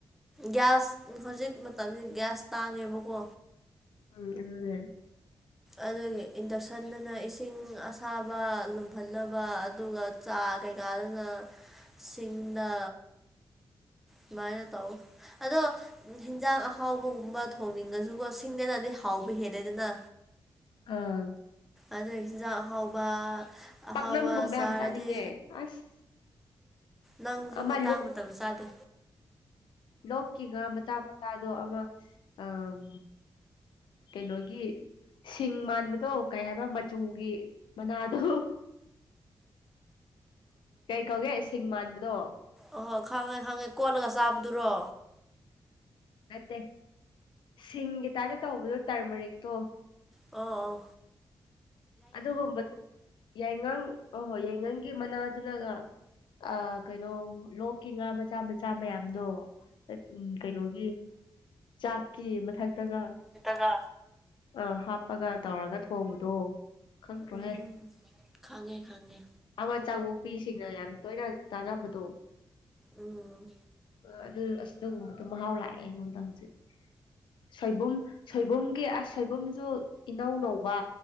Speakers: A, in the centre; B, on the left.
A: ꯒꯤꯌꯥ꯭ꯁ ꯍꯧꯖꯤꯛ ꯃꯇꯝꯁꯤ ꯒꯤꯌꯥ꯭ꯁ ꯇꯥꯡꯉꯦꯕꯀꯣ
B: ꯎꯝ ꯑꯗꯨꯅꯦ
A: ꯑꯗꯨꯒꯤ ꯏꯟꯗꯛꯁꯟꯗꯅ ꯏꯁꯤꯡ ꯑꯁꯥꯕ ꯂꯨꯝꯍꯟꯅꯕ ꯑꯗꯨꯒ ꯆꯥ ꯀꯩꯀꯥꯗꯨꯅ ꯁꯤꯡꯗ ꯁꯨꯃꯥꯏꯅ ꯇꯧ ꯑꯗꯣ ꯍꯤꯡꯖꯥꯡ ꯑꯍꯥꯎꯕꯒꯨꯝꯕ ꯊꯣꯡꯅꯤꯡꯉꯁꯨꯀꯣ ꯁꯤꯡꯗꯅꯗꯤ ꯍꯥꯎꯕ ꯍꯦꯜꯂꯦꯗꯅ
B: ꯑꯥ꯫
A: ꯑꯗꯨꯏ ꯍꯤꯟꯖꯥꯡ ꯑꯍꯥꯎꯕ ꯑꯍꯥꯎꯕ
B: ꯄꯥꯛꯅꯝꯒꯨꯝꯕ
A: ꯆꯥꯔꯗꯤ
B: ꯌꯥꯝ ꯆꯥꯅꯤꯡꯉꯦ ꯑꯁ
A: ꯅꯪꯖꯨ
B: ꯑꯃ
A: ꯃꯇꯥꯡ ꯃꯇꯝ ꯆꯥꯗꯦ
B: ꯂꯣꯛꯀꯤꯉ ꯃꯇꯥ ꯃꯠ ꯇꯥꯗꯣ ꯑꯃ ꯑꯝ ꯀꯩꯅꯣꯒꯤ ꯁꯤꯡ ꯃꯥꯟꯕ ꯗꯣ ꯀꯩ ꯍꯥꯏꯕ ꯃꯆꯨꯒꯤ ꯃꯅꯥꯗꯣ ꯀꯩ ꯀꯧꯒꯦ ꯁꯤꯡ ꯃꯥꯟꯕꯗꯣ
A: ꯑꯣꯍꯣ ꯈꯪꯉꯦ ꯈꯪꯉꯦ ꯀꯣꯜꯂꯒ ꯆꯥꯕꯗꯨꯔꯣ
B: ꯅꯠꯇꯦ ꯁꯤꯡꯒꯤ ꯇꯥꯏꯞꯇ ꯇꯧꯕꯗꯣ ꯇꯔꯃꯔꯤꯛꯇꯣ
A: ꯑꯥ ꯑꯥ
B: ꯑꯗꯨꯒꯨꯝꯕ ꯌꯥꯏꯉꯪ ꯑꯣꯍꯣꯏ ꯌꯥꯏꯉꯪꯒꯤ ꯃꯅꯥꯗꯨꯅꯒ ꯑꯥ ꯀꯩꯅꯣ ꯂꯣꯛꯀꯤ ꯉꯥ ꯃꯆꯥ ꯃꯆꯥ ꯃꯌꯥꯝꯗꯣ ꯎꯝ ꯀꯩꯅꯣꯒꯤ ꯆꯥꯛꯀꯤ ꯃꯊꯛꯇꯒ
A: ꯇꯒ
B: ꯑꯥ ꯍꯥꯞꯄꯒ ꯇꯧꯔꯒ ꯊꯣꯡꯕꯗꯣ ꯈꯪꯗ꯭ꯔꯣꯍꯦ
A: ꯎꯝ ꯈꯪꯉꯦ ꯈꯪꯉꯦ
B: ꯑꯃ ꯆꯕꯣꯛꯄꯤꯁꯤꯡꯅ ꯌꯥꯝ ꯇꯣꯏꯅ ꯆꯥꯅꯕꯗꯣ
A: ꯎꯝ
B: ꯑꯗꯨ ꯑꯁ ꯗꯨꯒꯨꯝꯕꯗꯨ ꯃꯍꯥꯎ ꯂꯥꯛꯑꯦ ꯑꯩꯉꯣꯟꯗ ꯍꯨꯖꯤꯛ ꯁꯣꯏꯕꯨꯝ ꯁꯣꯏꯕꯨꯝꯒꯤ ꯑꯁ ꯁꯣꯏꯕꯨꯝꯖꯨ ꯏꯅꯧ ꯅꯧꯕ